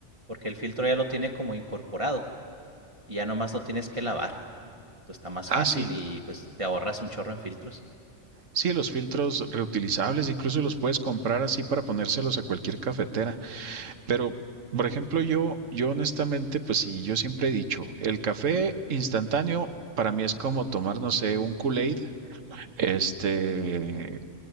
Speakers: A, on the right (about 25°); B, on the right (about 85°).
A: porque el filtro ya lo tiene como incorporado y ya nomás lo tienes que lavar. pues, está más fácil
B: Ah, sí,
A: y pues te ahorras un chorro en filtros.
B: sí, los filtros reutilizables, incluso los puedes comprar así para ponérselos a cualquier cafetera. Pero, por ejemplo, yo, yo honestamente, pues sí, yo siempre he dicho, el café instantáneo para mí es como tomar, no sé, un Kool-Aid, este,